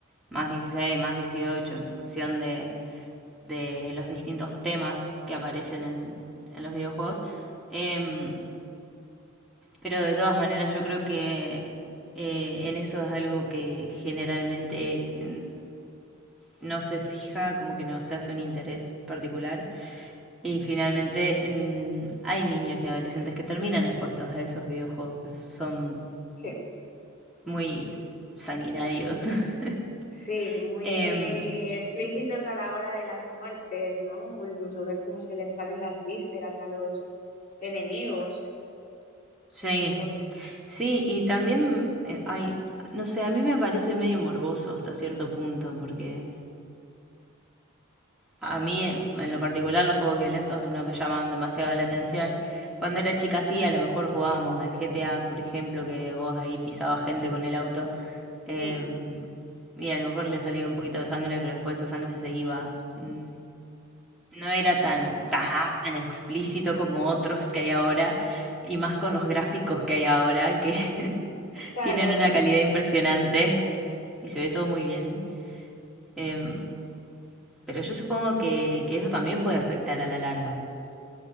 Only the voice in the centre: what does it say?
más 16, más 18, en función de de los distintos temas que aparecen en, en los videojuegos. Em, pero de todas maneras yo creo que eh, en eso es algo que generalmente mm, no se fija, como que no se hace un interés particular. Y finalmente mm, hay niños y adolescentes que terminan expuestos a esos videojuegos que son
muy sanguinarios. <laughs>
Em,
Sí,
sí, y también eh, hay, no sé, a mí me parece medio morboso hasta cierto punto, porque a mí eh, en lo particular los juegos violentos no me llamaban demasiado la atención. Cuando era chica sí, a lo mejor jugábamos al GTA, por ejemplo, que vos ahí pisabas gente con el auto, eh,
y a lo mejor le salía un poquito de sangre, pero después esa sangre se iba. Mm, No era tan, tan explícito como otros que hay ahora, y más con los gráficos que hay ahora, que... <laughs>
Tienen una
calidad impresionante y se ve todo muy bien. Em, pero yo supongo que, que eso también puede afectar a la larga.